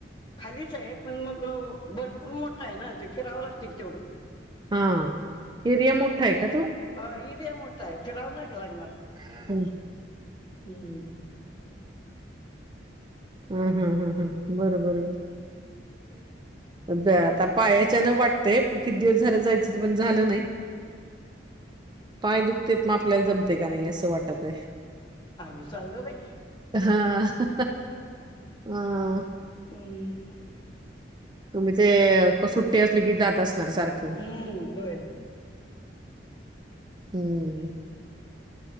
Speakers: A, on the left; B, on the right.
A: खालीच आहे पण मग भरपूर मोठा आहे ना ते. फिरावं लागते की तेवढं
B: हा एरिया मोठा आहे का? तो
A: हा एरिया मोठा आहे फिराव न का लागणार,
B: हा
A: हम.
B: हम, हम, हम बरोबर ते आता पायाच्या न वाटतय किती दिवस झालं जायचं पण झालं नाही. पाय दुखतेत म आपल्याला जमते का नाही असं वाटतय.
A: आम्ही चाललो बाई.
B: हा अ
A: हम्म
B: तुम्ही ते सुट्टी असली की जात अस- <unintelligible> सारक हम्
A: हम्म होय
B: हम्